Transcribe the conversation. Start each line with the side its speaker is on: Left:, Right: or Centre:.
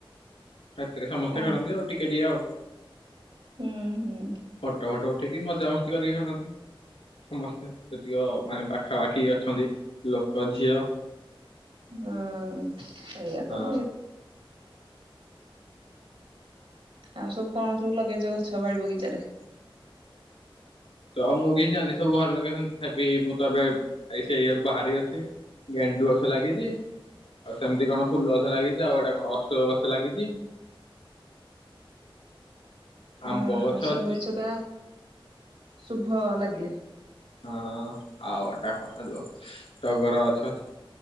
Left: ରାତିରେ ସମସ୍ତେ
Right: ହଁ
Left: ଖେଳନ୍ତି ଆଉ ଟିକେ ଟିକେ ଆଉ?
Right: ହୁଁ ହୁଁ।
Left: ଫଟୋ ଫଟୋ ଉଠିକି ମଜାମସ୍ତି କରିକି ଯାଇଛନ୍ତି। ସମସ୍ତେ ଯେତିକ ମାନେ ପାଖାପାଖି ଅଛନ୍ତି ଲୋକ ଝିଅ
Right: ହଁ ସେଇଆ ତ
Left: ହଁ
Right: <inaudible> ଆଉ ସବୁ କଣ ସବୁ ଲଗେଇଛ ଗଛ ବାଡ଼ି ବଗିଚାରେ?
Left: ତ ଆଉ ମୁଁ କିଛି ଜାଣିନି ସବୁ ଘରେ ଲଗେଇଛନ୍ତି ତଥାପି ମୁଁ ତ ଏବେ ଏଇ ଇଆକୁ <inaudible> ବାହାରେ ଅଛି। ଗେଣ୍ଡୁ ଗଛ ଲାଗିଛି ଆଉ ସେମିତି କଣ ଫୁଲ ଗଛ ଲାଗିଛି ଆଉ ଏଇଟା କଣ ଅଶୋକ ଗଛ ଲାଗିଛି। ଆମ୍ବ
Right: ହୁଁ
Left: ଗଛ
Right: ଅ ଶୋକ
Left: ଅଛି
Right: ଗଛଟା ଶୁଭ ଲାଗିଲେ।
Left: ହଁ ଆଉ ଏଟା କଣ ଯୋଉ ତ ଟଗର ଗଛ ଅଛି